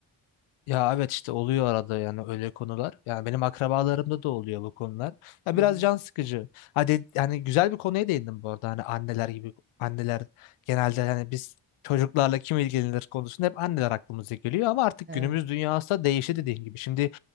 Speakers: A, on the left; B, on the right.
A: ya evet işte oluyor arada yani öyle konular. Yani benim akrabalarımda da oluyor bu konular. Ya
B: Hı
A: biraz
B: hı.
A: can sıkıcı. Hadi yani güzel bir konuya değindim bu arada. Hani anneler gibi anneler genelde hani biz çocuklarla kim ilgilenir konusunda hep anneler aklımıza geliyor ama artık
B: Evet.
A: günümüz dünyası da değişti dediğin gibi. Şimdi